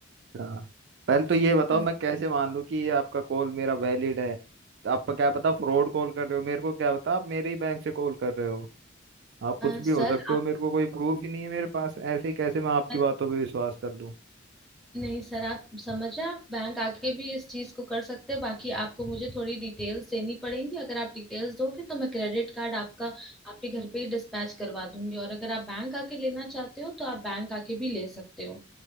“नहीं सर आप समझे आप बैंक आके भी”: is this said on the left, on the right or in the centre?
Centre